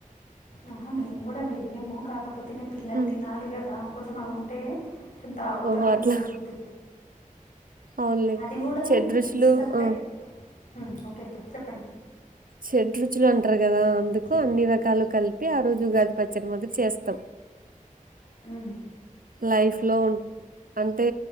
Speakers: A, on the left; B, on the right.
A: ఆహా మేము కూడా వెయ్యము కాకపోతే ఇంక పిల్లలు
B: ఉమ్
A: తినాలి కదా కొంచెం అ ఉంటే తాగుతారు
B: ఓహో అట్లా
A: వద్
B: అవునులే
A: అది కూడా
B: షడ్ రుచులు
A: ఈసారే
B: ఆ
A: ఉ ఓకే ఓకే చెప్పు
B: షడ్రుచులు అంటరు కదా అందుకు
A: ఉమ్
B: అన్ని రకాలు కలిపి ఆ రోజు ఉగాది పచ్చడి మాదిరి చేస్తాం
A: ఉ
B: లైఫ్లో అంటే